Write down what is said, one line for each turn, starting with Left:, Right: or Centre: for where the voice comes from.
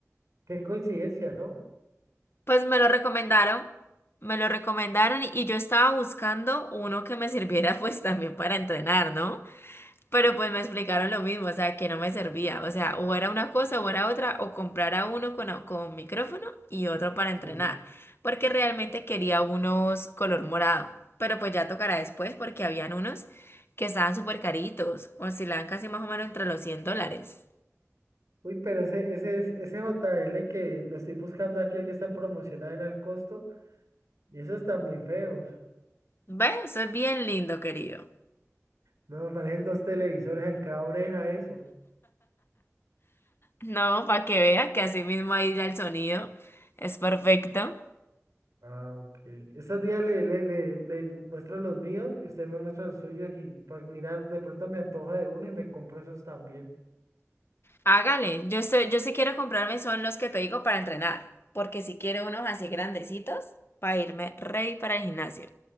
Right: Qué coincidencia, ¿no?
Left: Pues me lo recomendaron, me lo recomendaron y y yo estaba buscando uno que me sirviera <laughs> pues también para entrenar, ¿no? Pero pues me explicaron lo mismo, o sea, que no me servía, o sea, o era una cosa o era otra, o comprara uno con, au- con micrófono y otro para entrenar,
Right: Sí.
Left: porque realmente quería unos color morado, pero pues ya tocará después porque habían unos que estaban súper caritos, oscilaban casi más o menos entre los 100 dólares.
Right: Uy, pero ese, ese, es- ese JL que lo estoy buscando aquí, el que está en promocionado en al costo, y esos están muy feos.
Left: ¿Ves? Eso es bien lindo, querido.
Right: No, me parecen dos televisores en cada oreja eso.
Left: No, para que vea que así mismo ahí ya el sonido es perfecto.
Right: Ah, ok. Estos días le, le, le, le muestro los míos y usted me muestra los suyos y para mirar, de pronto me antoja de uno y me compro esos también.
Left: Hágale, yo estoy, yo sí quiero comprarme son los que te digo para entrenar, porque si quiero unos así grandecitos para irme rey para el gimnasio.